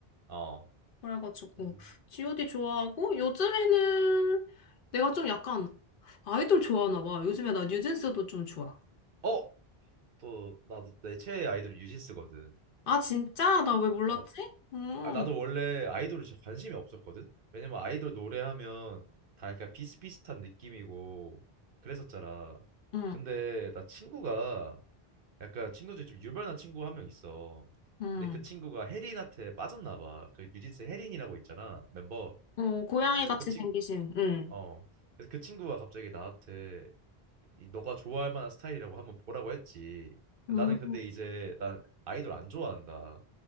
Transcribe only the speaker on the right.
어. 어.
음.
어, 또 나도 내 최애 아이돌이 뉴진스거든.
어.
아, 나도 원래 아이돌에 진짜 관심이 없었거든. 왜냐면 아이돌 노래하면 다 약간 비슷비슷한 느낌이고 그랬었잖아.
근데 나 친구가 약간 친구 중에 좀 유별난 친구 한 명 있어.
근데 그 친구가 혜린한테 빠졌나 봐. 그 뉴진스 혜린이라고 있잖아, 멤버.
그래서
그 친,
어, 그래서 그 친구가 갑자기 나한테 이 너가 좋아할 만한 스타일이라고 한번 보라고 했지.
나는 근데 이제 난 아이돌 안 좋아한다.